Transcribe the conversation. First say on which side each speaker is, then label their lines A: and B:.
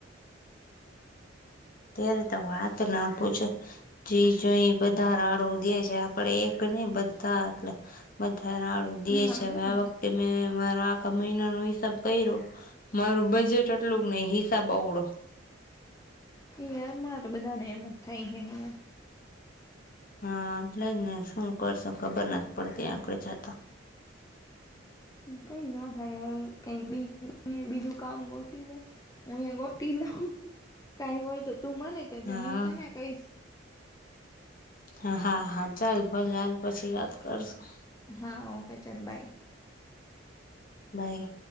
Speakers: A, on the left; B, on the left.
A: અત્યારે તો વાત ના પૂછે જી જોઈએ બધા રાડું દે છે આપડે એક ની બધા એટલે બધા રાડું દે
B: હા
A: છે હવે
B: એજ
A: આ
B: ને
A: વખતે મેં મારા આખા મહિના નો હિસાબ કઈયો. મારું બજેટ આટલું જ નહી હિસાબ આવડો.
B: એયાર હણાંતો બધા ને એમ થાય છે.
A: હા એટલે જ ને શું કરશું ખબર નથી પડતી આગળ છતા.
B: કઈ નો થાય હવે કઈ બીજું <unintelligible> બીજું કામ ગોતી લે. હું એ ગોતી લઉં કાઈ હોય તો તું મને કેજે
A: હા
B: હું તને કઈશ.
A: હા હા હા ચાલ ભલે હાલ પછી વાત કરશું.
B: હા ઓકે ચલ બાય
A: બાય